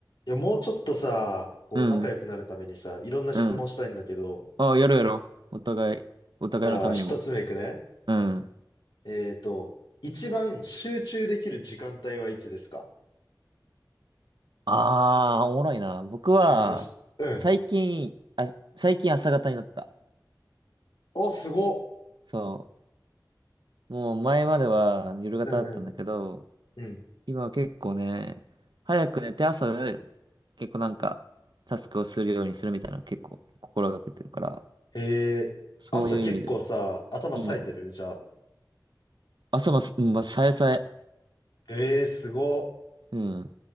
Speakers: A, on the left (about 75°); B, on the right (about 80°).
A: いや、もうちょっとさ、こう、
B: うん、
A: 仲良くなるためにさ、いろんな質問したいんだけど、
B: うん。ああ、やろうやろう。お互い、お互いのためにも。
A: じゃあ、一つ目いくね。
B: うん。
A: えっと、一番集中できる時間帯はいつですか
B: ああ、おもろいな。僕は、
A: うん、しうん。
B: 最近、あ、最近朝方になった。
A: お、すごっ。
B: そう。もう前までは夜型だったんだけど、
A: うんうん、うん。
B: 今は結構ね、早く寝て朝、結構なんか、タスクをするようにするみたいなの結構心がけてるから、
A: へえー、
B: そういう意味で。
A: 朝結構さ、頭冴えてるじゃあ。
B: うん。朝もす、うんまあ、さえさえ。
A: へえー、すごっ。
B: うん。